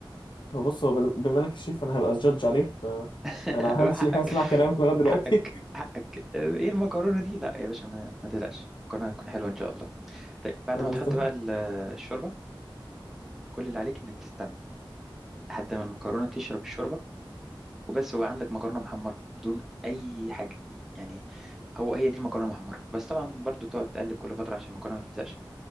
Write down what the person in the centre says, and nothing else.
<laughs>
حقك
حقك حقك آه، ايه المكرونة دي لا يا باشا ما, ما تقلقش المكرونة هتكون حلوة ان شاء الله طيب بعد
ما تحط
بقى ال- الشوربة كل اللي عليك انك تستنى لحد ما المكرونة تشرب الشوربة وبس وبقى عندك مكرونة محمرة بدون اي حاجة يعني هو هي دي المكرونه المحمره بس طبعا برضو تقعد تقلب كل فتره عشان المكرونه ما تلزقش